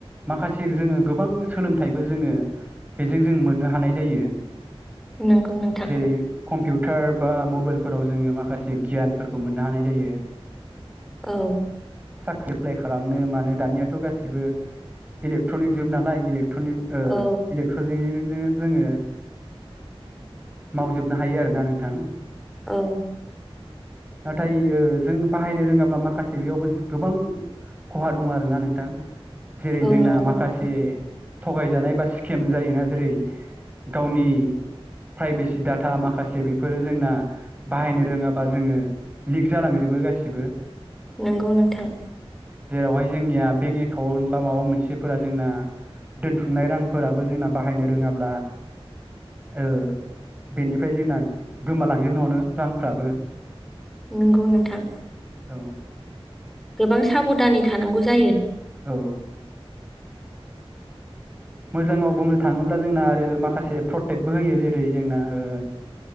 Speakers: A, on the right; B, in the centre.
A: माखासे जोङो गोबां सोलोंथाइबो जोङो बेजों जों मोननो हानाय जायो।
B: नंगौ नोंथां
A: जेरै कम्पिउ टार बा मबाइलफोराव जोङो माखासे गियानफोरखौ मोननो हानाय जायो।
B: औ
A: साख्रि एप्लाइ खालामनो मानो दानियाथ' गासिबो इलेक्ट्रनिक जुग नालाय इलेक ट्रनिक ओ
B: औ
A: <unintelligible> जोङो मावजोबनो हायो आरोना नोंथां।
B: औ
A: नाथाय जों बाहायनो रोङाब्ला माखासे बेयावबो गोबां खहा दङ आरोना नोंथां जेरै
B: औ
A: जोंना
B: नंगौ
A: माखासे
B: नोंथां
A: थगायजानाय बा स्केम जायोना जेरै गावनि प्राइभेसि डाटा माखासे बेफोरो जोंना बाहायनो रोङाबा जोङो लिक जालांजो बो गासिबो।
B: नंगौ नोंथां।
A: जेरावहाय जोंनिया बेंक एकाउन्ट बा माबा मोनसेफोरा जोंना दोनथुमनाय रांफोराबो जोंना बाहायनो रोङाब्ला ओ बेनिफ्राय जोंना गोमालांजोबनो हमो रांफ्राबो।
B: नंगौ नोंथां।
A: औ
B: गोबां साबदानै थानांगौ जायो
A: औ मोजाङाव बुंनो थाङोब्ला जोंना आरो माखासे प्रटेक्टबो होयो जेरै जोंना ओ